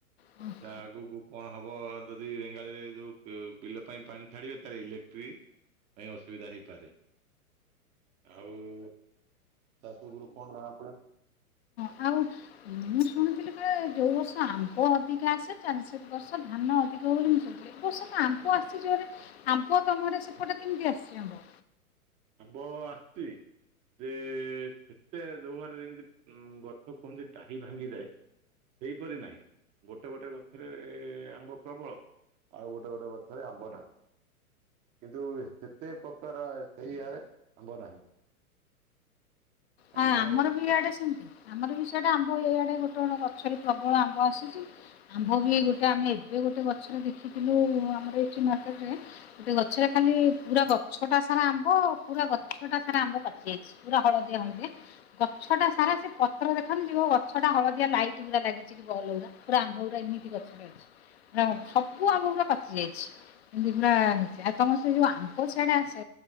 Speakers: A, on the left; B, on the right.
A: ହୁଁ <unintelligible>
B: ତା ଆଗକୁ କଣ ହବ ଯଦି ରେଙ୍ଗାଳିରେ ଯୋଉ ବି-ବିଲ ପାଇଁ ପାଣି ଛାଡିବେ ତାହେଲେ ଇଲେକ୍ଟ୍ରି <unintelligible> ଅସୁବିଧା ହେଇପାରେ ଆଉ ତା ପୂର୍ବରୁ କଣ ଜଣା ପଡିବ।
A: ହାଉସ ମୁଁ ଶୁଣିଥିଲି କାଳେ ଯୋଉ ବର୍ଷ ଆମ୍ବ ଅଧିକା ଆସେ <unintelligible> ସେ ବର୍ଷ ଧାନ ଅଧିକ ବୋଲି ମୁଁ ଶୁଣିଥିଲି। ଏ ବର୍ଷ ତ ଆମ୍ବ ଆସିଛି ଜୋରରେ ଆମ୍ବ ତମର ସେପଟେ କେମିତି ଆସିଛି ଆମ୍ବ?
B: ଆମ୍ବ ଆସିଛି।। ଯେ ସେତେ ଯୋଉ ହାରରେ ଯେମିତି ଗଛ କୁହନ୍ତି ଡାହି ଭାଙ୍ଗିଯାଏ ସେଇପରି ନାହିଁ ଗୋଟେ ଗୋଟେ ଗଛରେ ଆମ୍ବ ପ୍ରବଳ ଆଉ ଗୋଟେ ଗୋଟେ ଗଛରେ ଆମ୍ବ ନାହିଁ କିନ୍ତୁ ସେତେ ପ୍ରକାର ଏଇ ଆଡେ ଆମ୍ବ ନାହିଁ।
A: ହଁ
B: ଆମ୍ବ
A: ଆମର ବି ଇଆଡେ ସେମିତି। ଆମର ବି ସିଆଡ଼େ ଆମ୍ବ। ଏଆଡ଼େ ଗୋଟେ ଗୋଟେ ଗଛରେ ପ୍ରବଳ ଆମ୍ବ ଆସିଛି। ଆମ୍ବ ବି ଗୋଟେ ଆମେ ଏବେ ଗୋଟେ ଗଛରେ ଦେଖିଥିଲୁ ଆମର ଏଇଠି ମାର୍କେଟରେ। ଗୋଟେ ଗଛରେ ଖାଲି ପୁରା ଗଛଟା ସାରା ଆମ୍ବ ପୁରା ଗଛଟା ସାରା ଆମ୍ବ ପାଚି ଯାଇଛି। ପୁରା ହଳଦିଆ, ହଳଦିଆ। ଗଛଟା ସାରା ସେ ପତ୍ର ଦେଖାଯାଉନି। ଯେ କହିବ ଗଛଟା ହଳଦିଆ ଲାଇଟ୍ ପୁରା ଲାଗିଛି। ବଲ ଗୁରା। ପୁରା ଆମ୍ବ ଗୁରା ଏମିତି ଗଛରେ ଅଛି। ମାନେ ସବୁ ଆମ୍ବ ଗୁରା ପାଚି ଯାଇଛି। ଦିନେ ଆଣିଚି। ଆଉ ତମର ସେ ଯୋଉ ଆମ୍ବ ସିଆଡେ ଆସେ